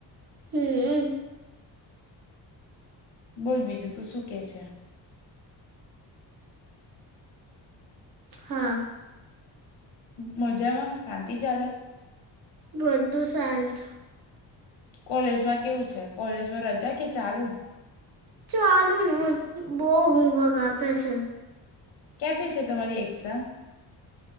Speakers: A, on the right; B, on the left.
A: હમ
B: બોલ બીજું તું શું કે છે.
A: હા
B: મજામાં શાંત તે ચાલે
A: વધધું શાંત
B: કોલેજમાં કેવું છે કોલેજમાં રજા કે ચાલુ
A: ચાલુ ને બહુ હોવક આપે છે.
B: ક્યાંથી છે તમારી એક્ઝામ